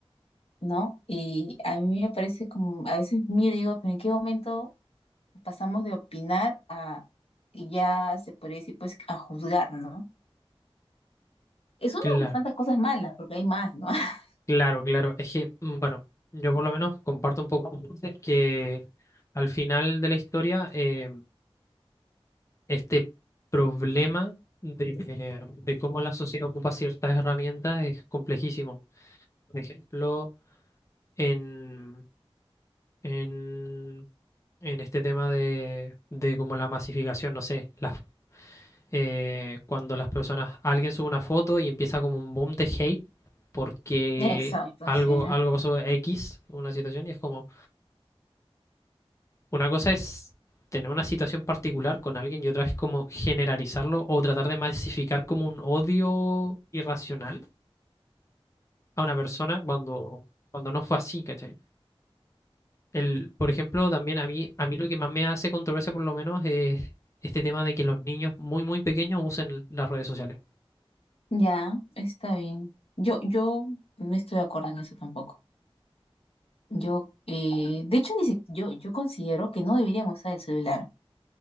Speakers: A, on the left (about 70°); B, on the left (about 30°).
A: ¿no? Y a mí me parece como, a veces miro y digo, ¿pero en qué momento pasamos de opinar a, y ya se podría decir, pues, a juzgar, ¿no? Es una
B: Claro.
A: de las tantas cosas malas, porque hay más, ¿no? <laughs>
B: Claro, claro. Es que, mm, bueno, yo por lo menos comparto un poco con ustedes que al final de la historia, eh, este problema de, de cómo la sociedad ocupa ciertas herramientas es complejísimo. Por ejemplo, en, en, en este tema de, de como la masificación, no sé, las, eh, cuando las personas, alguien sube una foto y empieza como un boom de hate porque
A: Exacto,
B: algo,
A: sí.
B: algo pasó X, una situación, y es como... Una cosa es tener una situación particular con alguien y otra es como generalizarlo o tratar de masificar como un odio irracional a una persona cuando, cuando no fue así, ¿cachai? El, por ejemplo, también a mí, a mí lo que más me hace controversia por lo menos es este tema de que los niños muy, muy pequeños usen las redes sociales.
A: Ya, está bien. Yo, yo no estoy de acuerdo en eso tampoco. Yo, eh, de hecho, ni si- yo, yo considero que no deberíamos usar el celular.